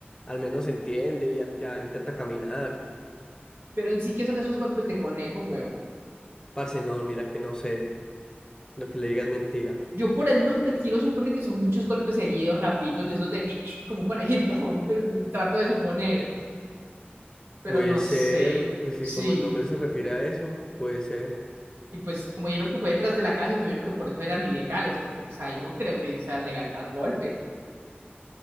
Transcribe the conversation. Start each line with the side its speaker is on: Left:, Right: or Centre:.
Left: al menos entiende y al- ya intenta caminar.
Right: Pero en sí que son esos golpes de conejo, huevón.
Left: Parce, no, mira que no sé, lo que le diga es mentira.
Right: Yo por el nombre quiero suponer que son muchos golpes seguidos, rapiditos, de esos de <laughs> como un conejito. <laughs> pues, trato de suponer, pero
Left: Puede
Right: no
Left: ser,
Right: sé.
Left: pues sí,
Right: Sí.
Left: como el nombre se refiere a eso, puede ser.
Right: Y pues como vieron que fue detrás de la casa, me imagino que por eso eran ilegales, porque pues ahí no creo que sea legal dar golpe.